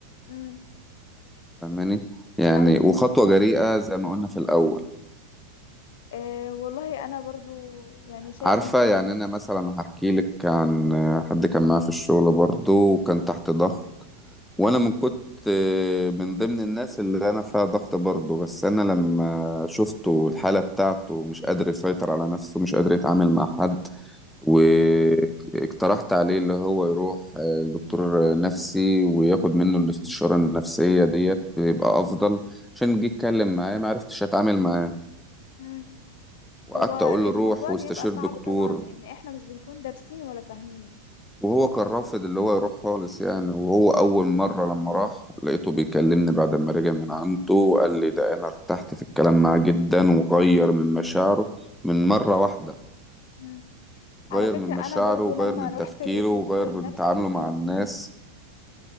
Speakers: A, on the left; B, in the centre.
A: امم
B: فاهماني يعني
A: ايوه
B: وخطوة جريئة زي ما قلنا في الاول
A: أه والله انا برضو يعني شايفة
B: عارفة
A: ان
B: يعني انا مثلا هحكي لك عن حد كان معايا في الشغل برضو وكان تحت ضغط وانا من كنت من ضمن الناس اللي انا فيها ضغط برضو بس انا لما شفته الحالة بتاعته مش قادر يسيطر على نفسه مش قادر يتعامل مع حد واقترحت عليه اللي هو يروح آه، لدكتور نفسي وياخد منه الاستشارة النفسية ديت بيبقى أفضل عشان جيت أتكلم معاه ما عرفتش أتعامل معاه
A: امم
B: وقعدت
A: هو
B: أقول
A: الموضوع
B: له روح واستشير
A: بيبقى صعب
B: دكتور
A: طبعا لان احنا مش بنكون دارسين ولا فاهمين
B: وهو كان رافض اللي هو يروح خالص يعني وهو أول مرة لما راح لقيته بيكلمني بعد ما رجع من عنده قال لي ده أنا ارتحت في الكلام معاه جدا وغير من مشاعره من مرة واحدة
A: امم على
B: غير
A: فكرة
B: من
A: انا
B: مشاعره
A: برضو
B: وغير
A: لما
B: من
A: رحت
B: تفكيره
A: للدكتور
B: وغير
A: النفسي
B: من تعامله مع
A: كان
B: الناس